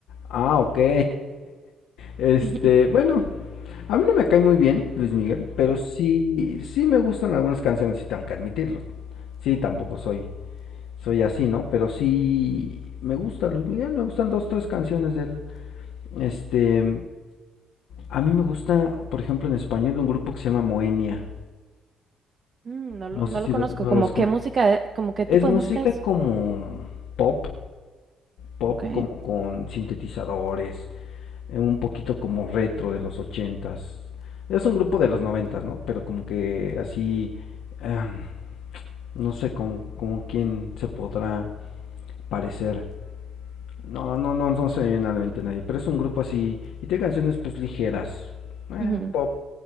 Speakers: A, on the left; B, on the right.
A: Ah, ok. <laughs> Este,
B: <laughs>
A: bueno, a mí no me cae muy bien Luis Miguel, pero sí, sí me gustan algunas canciones, sí tengo que admitirlo. Sí, tampoco soy, soy así, ¿no? Pero sí me gusta Luis Miguel, me gustan dos, tres canciones de él. Este, A mí me gusta, por ejemplo, en español un grupo que se llama Moenia.
B: Mm, no lo,
A: No
B: no
A: sé si
B: lo conozco.
A: lo- no
B: ¿Como
A: lo escucho.
B: qué música, e- como qué
A: Es
B: tipo
A: música
B: de música es?
A: como pop, pop
B: Ok,
A: como con sintetizadores, eh, un poquito como retro de los ochentas. Es un grupo de los noventas, ¿no? Pero como que así, ah, no sé como, como quién se podrá parecer. No, no, no, no se me viene a la mente nadie. Pero es un grupo así y tiene canciones pues ligeras, eh,
B: Ujú,
A: pop,